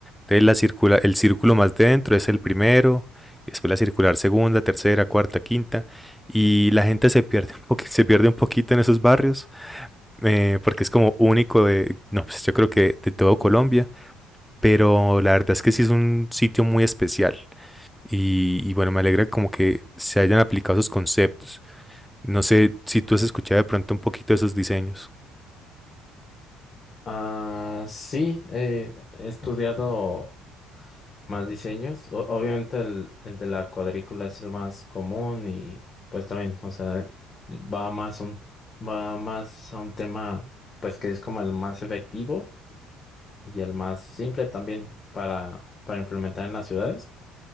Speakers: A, in the centre; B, on the left.
A: Entonces la circula, el círculo más de dentro es el primero, y después la circular segunda, tercera, cuarta, quinta, y la gente se pierde un, poqu- se pierde un poquito en esos barrios, eh, porque es como único de, no, pues yo creo que de todo Colombia, pero la verdad es que sí es un sitio muy especial. Y, y bueno, me alegra como que se hayan aplicado esos conceptos. No sé si tú has escuchado de pronto un poquito de esos diseños.
B: Ah, sí, eh, he estudiado más diseños. O- obviamente el, el de la cuadrícula es el más común y pues también, o sea, va más a un, va más a un tema pues que es como el más efectivo y el más simple también para, para implementar en las ciudades.